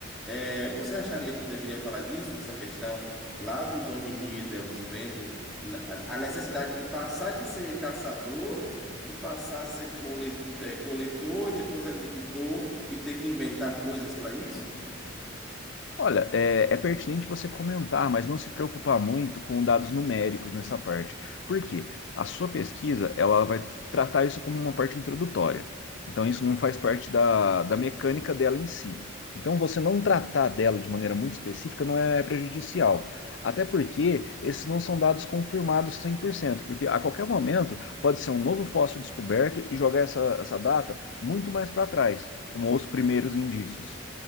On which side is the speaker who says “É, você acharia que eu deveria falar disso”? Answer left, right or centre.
Centre